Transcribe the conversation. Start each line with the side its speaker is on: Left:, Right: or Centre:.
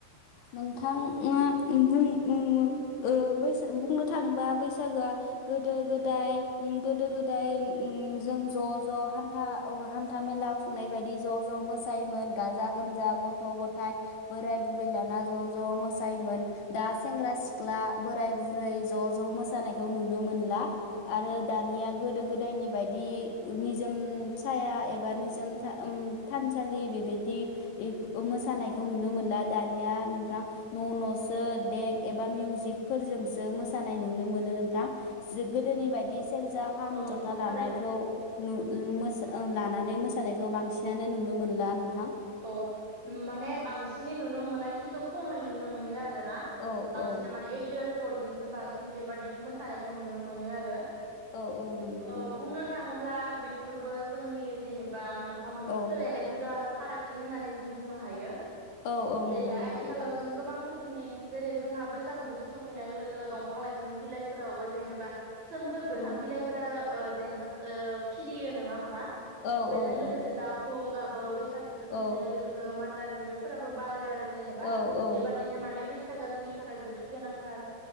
Left: नोंथा ङा ङो बुं ङो ओ बैसो बुंनो थाङोबा बैसागोआ गोदो गोदाय ओम गोदो गोदाय ओम जों ज' ज' हान्था अ हान्था मेला खुंनाय बायदि ज' ज' मोसायोमोन गाजा गोमजा गथ' गथाय बोराय बुरै लाना ज' ज' मोसायोमोन दा सेंग्रा सिख्ला बोराय बुरै ज' ज' मोसानायखौ नुनो मोनला आरो दानिया
Right: औ
Left: गोदो
Right: नंगौ
Left: गोदायनि बायदि निज जोम साया एबा निजोम था ओम थानसालि बेबायदि इफ ओ मोसानायखौ नुनो मोनला दानिया नोंथां न' न'सो देक एबा मिउजिकफोरजोंसो मोसानाय नुनो मोनो नोंथां जो गोदोनि बायदि सेरजा खाम
Right: औ नंगौ
Left: जथा लानायखौ
Right: थारैनो
Left: नु ओम मोस ओं लानानै मोसानायखौ बांसिनानो नुनो मोनला नों
Right: औ माने बांसि सिनै नुनो मोना खिन्थु खमै नुनो मोनो आरो ना
Left: औ
Right: बांसिन
Left: औ
Right: माने एदिअ' रेकरडिंजों बांसिन बेबादिजों मोसानायखौ नुनो मोनो आरो
Left: औ नंगौ
Right: <inaudible> औ
Left: नोंथां
Right: बुंनो थाङोब्ला बेफोरबो जोंनि जेनेबा मोनफा मोनफा
Left: औ
Right: सोलायनाय हुदा आरो फाराग थि होननानै जों बुंनो हायो
Left: औ औ
Right: जेरैहा
Left: नंगौ नोंथां
Right: आथिखालाव जों गोबां रोख रोखोमनि जेरै जोंहा बैसागु बोथोर सफैनाय लोगो लोगो दंफां लाइफांनि बिलाइफोरावबो जेनेबा सोमखोर गोथां
Left: औ
Right: बिलाइफोरा ओ जेनेबास ओ खिलियो नङा होमबा?
Left: औ
Right: बेजों
Left: औ
Right: लोगोसे
Left: औ
Right: दाउ खौवौ गाब बो बैसागो बोथ
Left: औ
Right: नो लोगो लोगो मान दार बिबारफोराबो बारो आरो जेनेबा
Left: औ औ
Right: बेबादिनो माने बै बैसागोआ जोंनि थाखाय जोबोद गोनांथार